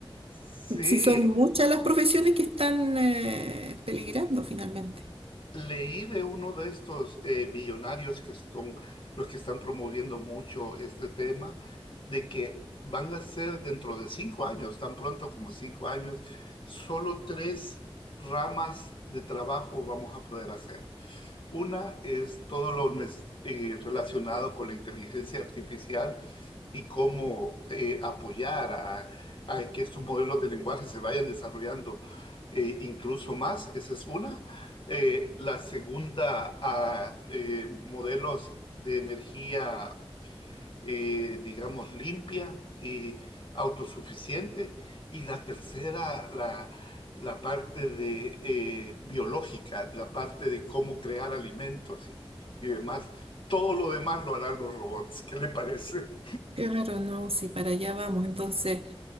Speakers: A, on the left (about 60°); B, on the right (about 70°).
A: Sí,
B: si son muchas las profesiones que están eh, peligrando finalmente.
A: leí de uno de estos eh, millonarios que son los que están promoviendo mucho este tema, de que van a ser dentro de cinco años, tan pronto como cinco años, solo tres ramas de trabajo vamos a poder hacer. Una es todo lo nes- eh, relacionado con la inteligencia artificial y cómo eh, apoyar a, a que estos modelos de lenguaje se vayan desarrollando eh, incluso más. Esa es una. Eh, la segunda, a eh, modelos de energía, eh, digamos, limpia y autosuficiente. Y la tercera, la, la parte de eh, biológica, la parte de cómo crear alimentos y, y demás. Todo lo demás lo harán los robots. ¿Qué le parece?
B: Claro, no, sí, para allá vamos. Entonces,